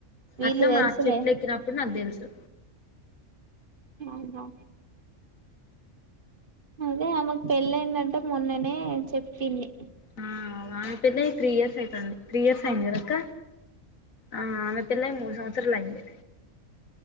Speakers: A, on the right; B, on the left.
A: వీళ్ళు
B: అట్లా మా
A: తెలుసులే
B: చెట్లు ఎక్కినప్పుడు నాకు తెలుసు
A: అవునా అదే ఆమెకు పెళ్ళయిందంటా మొన్ననే చెప్పింది.
B: ఆ ఆమె పెళ్ళై త్రీ ఇయర్స్ అయితంది, త్రీ ఇయర్స్ అయింది కదాక్క. ఆ ఆమె పిళ్ళై మూడు సంవత్సరలు అయింది.